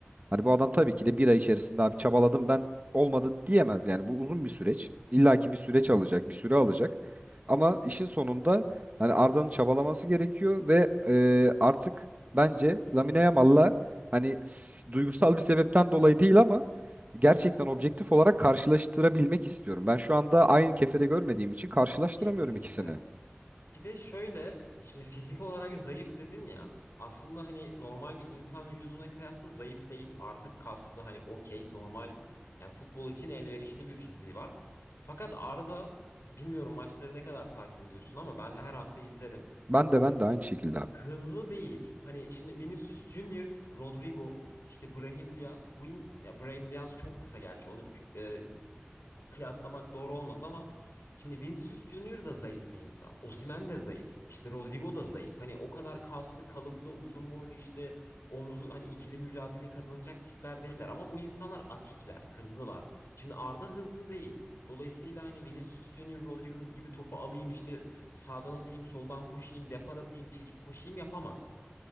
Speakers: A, on the right; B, on the left.
A: Hani bu adam tabii ki de bir ay içerisinde abi çabaladım ben olmadı diyemez yani. Bu uzun bir süreç. İlla ki bir süreç alacak, bir süre alacak. Ama işin sonunda hani Arda'nın çabalaması gerekiyor ve e, artık bence Lamine Yamal'la hani s- duygusal bir sebepten dolayı değil ama gerçekten objektif olarak karşılaştırabilmek istiyorum. Ben şu anda aynı kefede görmediğim için karşılaştıramıyorum
B: Kesinlikle.
A: ikisini.
B: Bir de şöyle şimdi fizik olarak zayıf dedin ya. Aslında hani normal bir insan vücuduna kıyasla zayıf değil. Artık kaslı hani okey normal yani futbol için elverişli bir fiziği var. Fakat Arda bilmiyorum maçları ne kadar takip ediyorsun ama ben her hafta izlerim.
A: Ben de ben de aynı şekilde abi.
B: hızlı değil. Hani şimdi Vinicius Junior, Rodrigo, işte Brahim Diaz. Bu ins ya Brahim Diaz çok kısa gerçi. Onu e, kıyaslamak doğru olmaz ama şimdi Vinicius Junior da zayıf bir insan. Osimhen de zayıf. İşte Rodrigo da zayıf. Hani o kadar kaslı, kalıplı, uzun boylu işte omuzu hani ikili mücadele kazanacak tipler değiller ama bu insanlar atikler, hızlılar. Şimdi Arda hızlı değil. Dolayısıyla hani Vinicius Junior, Rodrigo gibi topu alayım işte sağdan atayım, soldan koşayım, depar atayım, çekip koşayım yapamaz.